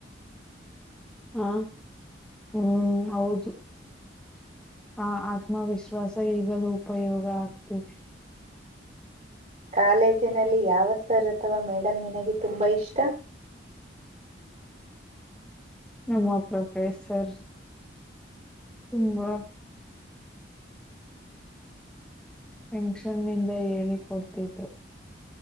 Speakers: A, in the centre; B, on the right.
A: ಹಾ.. ಹ್ಮ್ ಹೌದು.. ಆ ಆತ್ಮವಿಶ್ವಾಸ ಈಗಲೂ ಉಪಯೋಗ ಆಗ್ತಿದೆ..
B: ಕಾಲೇಜಿನಲ್ಲಿ ಯಾವ ಸರ್ ಅಥವಾ ಮೇಡಮ್ ನಿನಗೆ ತುಂಬಾ ಇಷ್ಟ..
A: ನಮ್ಮ ಪ್ರೊಫೆಸರ್.. ತುಂಬಾ ೆಂಷನ್ನಂದ ಹೇಳಿ ಕೊಡ್ತಿದ್ರು